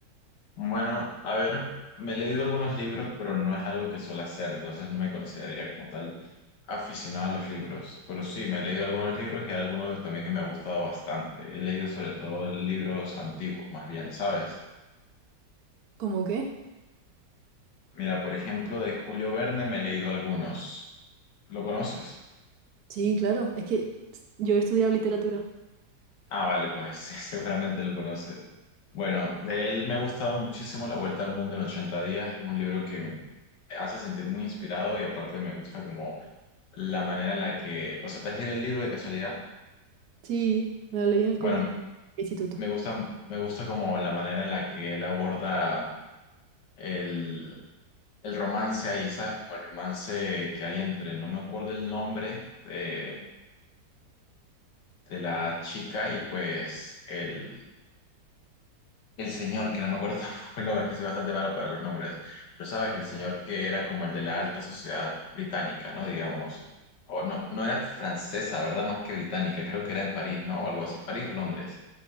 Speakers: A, on the left; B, on the right.
A: Bueno, a ver, me he leído algunos libros, pero no es algo que suelo hacer, entonces no me consideraría como tal aficionado a los libros. Pero sí, me he leído algunos libros y algunos también que me ha gustado bastante. He leído sobre todo libros antiguos, más bien, ¿sabes?
B: ¿Cómo qué?
A: Mira, por ejemplo, de Julio Verne me he leído algunos. ¿Lo conoces?
B: Sí, claro. Es que yo he estudiado literatura.
A: Ah, vale, pues sí, <laughs> seguramente lo conoces. Bueno, de él me ha gustado muchísimo La Vuelta al Mundo en ochenta días. Es un libro que hace sentir muy inspirado y aparte me gusta como la manera en la que, o sea, ¿te has leído el libro de casualidad?
B: Sí, me la leí en el
A: Bueno,
B: cole, instituto.
A: me gusta, me gusta como la manera en la que él aborda el, el romance ahí, ¿sabes? Como el romance que hay entre, no me acuerdo el nombre de, de la chica y pues el El señor, que no me acuerdo <laughs> tampoco el nombre, es que soy bastante malo para los nombres, pero sabes, el señor que era como el de la alta sociedad británica, ¿no? Digamos, o no, no era francesa, ¿verdad? Más que británica, creo que era en París, ¿no? O algo así, París o Londres.